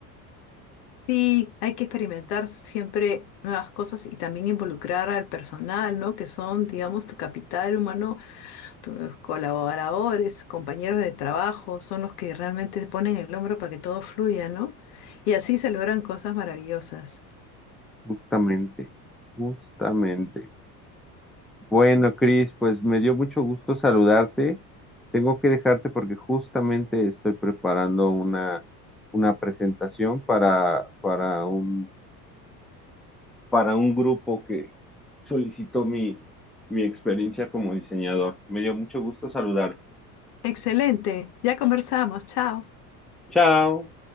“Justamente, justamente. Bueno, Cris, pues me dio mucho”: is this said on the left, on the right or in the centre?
Centre